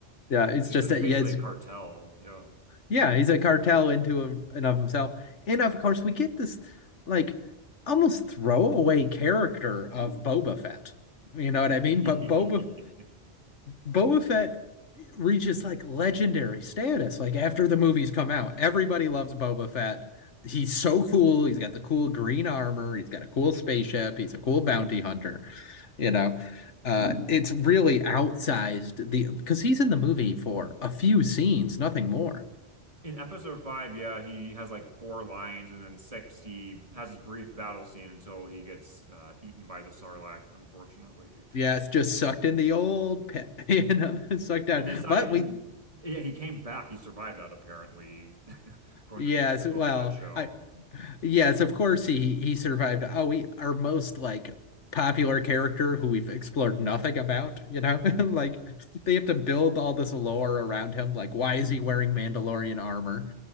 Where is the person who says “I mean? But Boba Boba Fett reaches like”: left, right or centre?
Left